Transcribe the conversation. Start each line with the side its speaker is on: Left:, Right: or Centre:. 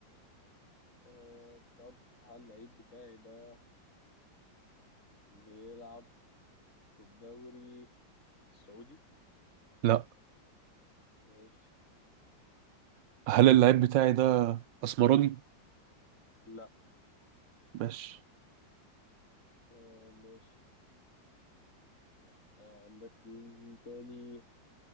Left: آه طب هل اللعيب بتاعي ده بيلعب في الدوري السعودي؟
Right: لا
Left: ماشي
Right: هل اللعيب بتاعي ده اسمراني
Left: لا
Right: ماشي
Left: آه ماشي آه عندك مين تاني؟